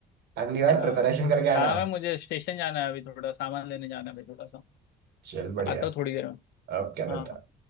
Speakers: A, on the right; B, on the left.
A: अगली बार
B: हाँ
A: प्रिपरेशन करके
B: काम
A: आना
B: है मुझे स्टेशन जाना है अभी थोड़ा सामान लेने जाना है अभी थोड़ा सा
A: चल बढ़िया
B: आता हूँ थोड़ी देर में
A: अब क्या मिलता
B: हाँ हाँ
A: है